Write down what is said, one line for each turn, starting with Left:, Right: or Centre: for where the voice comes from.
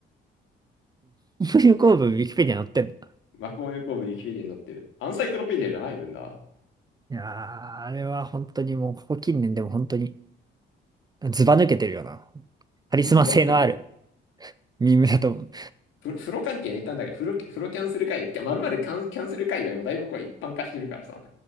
Right: 流行文ウィキペディア載ってんの。
Left: <laughs> マコモ湯構文ウィキペディアに載ってる。アンサイクロペディアじゃないのにな。
Right: いやー、あれは本当にもう、ここ近年でも本当に、ずば抜けてるよな。カリスマ性のある
Left: うんずば抜けてる。
Right: ミームだと思う。
Left: 風呂、風呂関係ネタなんだけど、風呂、風呂キャンセル界隈、まるまるキャン、キャンセル界隈もだいぶこう一般化してるからさ、